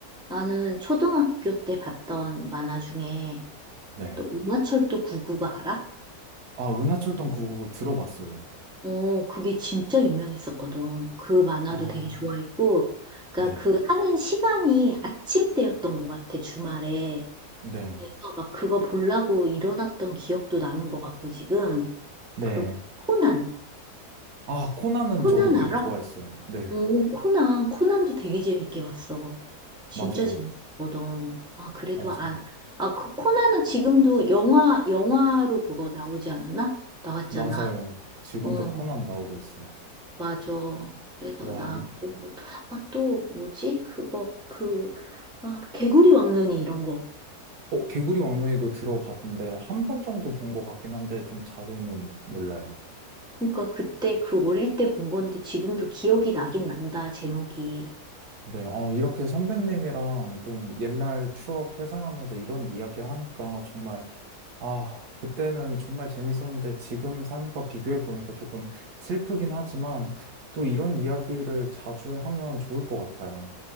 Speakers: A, in the centre; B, on the right (about 85°).
A: 나는 초등학교 때 봤던 만화 중에
B: 네.
A: 또 은하철도 99가 알아?
B: 아, 은하철도 999 들어봤어요.
A: 어, 그게 진짜 유명했었거든. 그 만화도
B: 아,
A: 되게 좋아했고, 그러니까
B: 네.
A: 그 하는 시간이 아침 때였던 것 같아, 주말에.
B: 네.
A: 그래서 막 그거 보려고 일어났던 기억도 나는 것 같고, 지금.
B: 네.
A: 그리고 코난,
B: 아, 코난은
A: 코난
B: 저도 되게
A: 알아?
B: 좋아했어요. 네.
A: 어, 코난, 코난도 되게 재밌게 봤어. 진짜
B: 맞아요.
A: 재밌었거든. 아, 그래도
B: 맞아요.
A: 안, 아, 그 코나는 지금도 영화, 영화로 그거 나오지 않았나? 나왔잖아.
B: 맞아요. 지금도
A: 어,
B: 코난 나오고 있어요.
A: 맞아. 그래서
B: 와,
A: 나
B: 이-
A: 그런 것, 아, 또 뭐지? 그거, 그, 아, 개구리 왕눈이 이런 거.
B: 어, 개구리 왕눈이도 들어봤는데, 한 번 정도 본 것 같긴 한데, 좀 자세히는 몰라요.
A: 그러니까 그때 그 어릴 때 본 건데 지금도 기억이 나긴 난다, 제목이.
B: 네. 어, 이렇게 선배님이랑 좀 옛날 추억 회상하면서 이런 이야기 하니까 정말, 아, 그때는 정말 재밌었는데, 지금 삶과 비교해보니까 조금 슬프긴 하지만, 또 이런 이야기를 자주 하면 좋을 것 같아요.